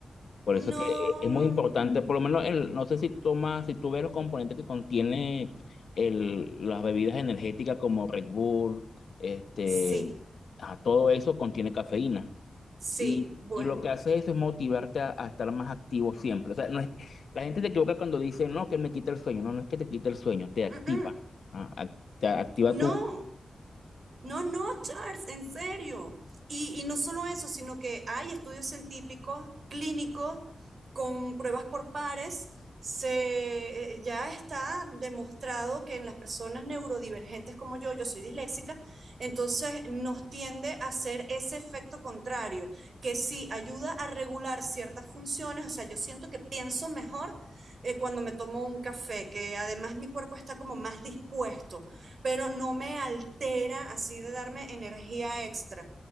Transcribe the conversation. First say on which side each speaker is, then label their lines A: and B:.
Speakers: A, on the left; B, on the right.
A: Por eso
B: No,
A: es que es muy importante, por lo menos, el, no sé si tomas, si tú ves los componentes que contiene el, las bebidas energéticas como Red Bull, este,
B: sí,
A: a todo eso contiene cafeína.
B: sí,
A: Y,
B: bueno.
A: y lo que hace eso es motivarte a, a estar más activo siempre. O sea, no es, la gente se equivoca cuando dice, no, que me quita el sueño. No, no es que te quita el sueño, te activa.
B: mm, mm,
A: Ah, ac- te activa
B: No,
A: tu
B: No, no, Charles, en serio. Y, y no solo eso, sino que hay estudios científicos, clínicos, con pruebas por pares. Se, eh, ya está demostrado que en las personas neurodivergentes como yo, yo soy disléxica, entonces nos tiende a hacer ese efecto contrario, que sí ayuda a regular ciertas funciones, o sea, yo siento que pienso mejor eh, cuando me tomo un café, que además mi cuerpo está como más dispuesto pero no me altera así de darme energía extra,